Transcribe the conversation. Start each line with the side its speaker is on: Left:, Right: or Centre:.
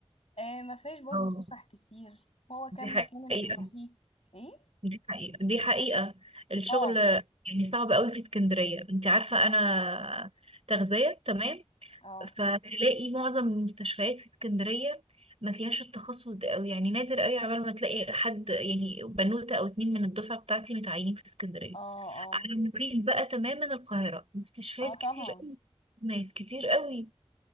Left: آه ما فيهاش برضو
Right: اه
Left: فسح كتير هو كان
Right: دي حقيقة
Left: مكان اللي بتروحيه ايه
Right: دي حقيقة دي حقيقة الشغل
Left: اه
Right: يعني صعب قوي في اسكندرية انت عارفة أنا تغذية تمام
Left: اه
Right: فتلاقي معظم المستشفيات في اسكندرية ما فيهاش التخصص ده أوي يعني نادر قوي عبال ما تلاقي حد يعني بنوتة او اتنين من الدفعة بتاعتي متعينين في اسكندرية
Left: اه اه
Right: على النقيض بقى تماما القاهرة مستشفيات
Left: اه طبعا
Right: كتير قوي ناس كتير قوي